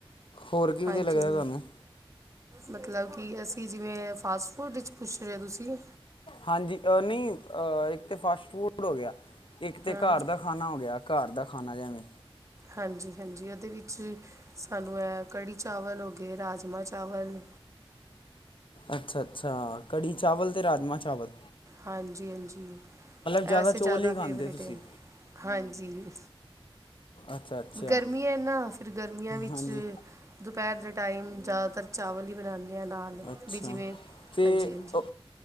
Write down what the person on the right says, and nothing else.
ਹਾਂਜੀ।
ਮਤਲਬ ਕਿ ਅਸੀਂ ਜਿਵੇਂ ਫਾਸਟ-ਫੂਡ ਵਿਚ ਪੁੱਛ ਰਏ ਓ ਤੁਸੀਂ।
ਹਾਂ
ਹਾਂਜੀ-ਹਾਂਜੀ, ਓਦੇ ਵਿੱਚ ਸਾਨੂੰ ਐ ਕੜੀ-ਚਾਵਲ ਹੋ ਗਏ, ਰਾਜਮਾਂ-ਚਾਵਲ।
ਹਾਂਜੀ-ਹਾਂਜੀ, ਐ
ਵੈਸੇ ਜਾਦਾ
ਫੇਵਰੇਟ
ਐ ਹਾਂਜੀ।
ਗਰਮੀ ਐ ਨਾ ਫਿਰ ਗਰਮੀਆਂ ਵਿੱਚ।
ਦੁਪੈਰ ਦੇ ਟਾਈਮ ਜ਼ਿਆਦਾਤਰ ਚਾਵਲ ਈ ਬਣਾਨੇ ਆਂ ਨਾਲ।
ਵੀ ਜਿਵੇਂ
ਹਾਂਜੀ
ਹਾਂਜੀ